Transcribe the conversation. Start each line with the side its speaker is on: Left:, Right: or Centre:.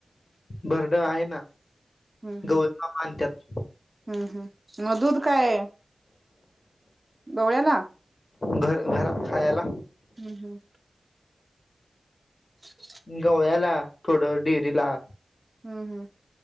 Left: बरडा आहे ना
Right: हुं हुं
Left: गवळ्याला मानतात
Right: हुं हुं म दूध काय गवळ्याला
Left: घर घरात खायाला.
Right: हुं हुं <inaudible>
Left: गवळ्याला थोड डेरीला
Right: हुं हुं